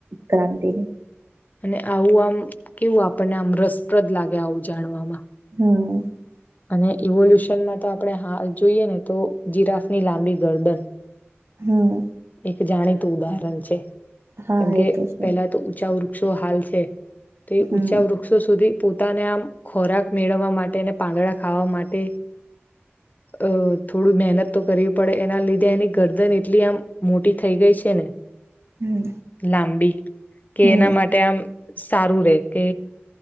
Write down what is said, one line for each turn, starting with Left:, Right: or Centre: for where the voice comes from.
Right: કરાતે
Left: અને આવું આમ કેવું આપણને આમ રસપ્રદ લાગે આવું જાણવામાં
Right: <unintelligible>
Left: અને ઇવોલ્યુશનમાં તો આપણે હાલ જોઈએ ને તો જીરાફની લાંબી ગરદન
Right: હમ
Left: એક જાણીતું ઉદાહરણ છે
Right: હા
Left: કેમકે
Right: એ તો છે
Left: પેલા તો ઊંચા વૃક્ષો હાલ છે. તો એ
Right: હમ
Left: ઊંચા વૃક્ષો સુધી પોતાને આમ ખોરાક મેળવવા માટે અને પાંદડા ખાવા માટે અ થોડું મહેનત તો કરવી પડે એના લીધે એની ગરદન એટલી આમ મોટી થઈ ગઈ છે ને
Right: હમ
Left: લાંબી કે
Right: હમ
Left: એના માટે આમ સારું રે કે